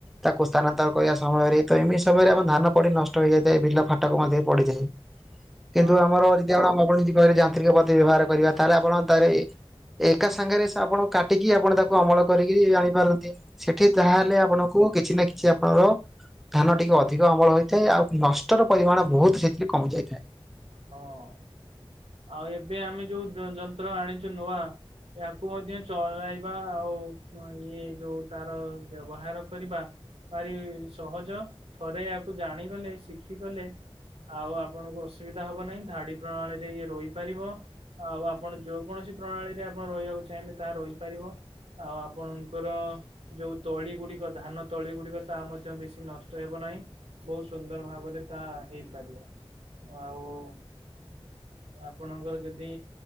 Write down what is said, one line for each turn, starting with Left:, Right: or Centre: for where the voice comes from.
Centre: ତାକୁ ସ୍ଥାନାନ୍ତର କରିବା ସମୟରେ ତ ଏମିତି ସମୟରେ ଆମ ଧାନ ପଡି ନଷ୍ଟ ହେଯାଇଥାଏ, ବିଲ ଫାଟକୁ ମଧ୍ୟ ପଡିଥାଏ।
Right: ହଁ
Centre: କିନ୍ତୁ ଆମର ଜି ଯଦି ଆପଣ ଯେମିତି କହିବେ ଯାନ୍ତ୍ରିକ ପତି ବ୍ୟବହାର କରିବା। ତାହେଲେ ଆପଣ ତାପରେ ଏକା ସାଙ୍ଗରେ ସ୍ରାବଣ କାଟିକି ଆପଣ ତାକୁ ଅମଳ କରିକି ଆଣିପାରନ୍ତି। ସେଠି ଯାହାହେଲେ ଆପଣଙ୍କୁ କିଛି ନା କିଛି ଆପଣଙ୍କର ଧାନ ଟିକେ ଅଧିକ ଅମଳ ହୋଇଥାଏ ଆଉ ନଷ୍ଟର ପରିମାଣ ବହୁତ ସେଥିରେ କମିଯାଇଥାଏ।
Right: ହଁ। ଆଉ ଏବେ ଆମେ ଯୋଉ ଯ ଯନ୍ତ୍ର ଆଣିଛୁ ନୂଆ ୟାକୁ ମଧ୍ୟ ଚଳାଇବା ଆଉ ଇଏ ଯୋଉ ତାର ବ୍ୟବହାର କରିବା ଭାରି ସହଜ। ଥରେ ୟାକୁ ଜାଣିଗଲେ ଶିଖିଗଲେ ଆଉ ଆପଣଙ୍କୁ ଅସୁବିଧା ହବ ନାହିଁ। ଧାଡି ପ୍ରଣାଳୀ ଇଏ ରୋଇପାରିବ ଆଉ ଆପଣ ଯୋଉ କୌଣସି ପ୍ରଣାଳୀରେ ଆପଣ ରୋଇବାକୁ ଚାହିଁଲେ ତାହା ରୋଇପରିବ। ଆଉ ଆପଣଙ୍କର ଯୋଉ ତଳି ଗୁଡିକ ଧାନ ତଳି ଗୁଡିକ ତା ମଧ୍ୟ ବେଶୀ ନଷ୍ଟ ହେବ ନାହିଁ। ବହୁତ ସୁନ୍ଦର ଭାବରେ ତା ହେଇପାରିବ। ଆଉ ଆପଣଙ୍କର ଯଦି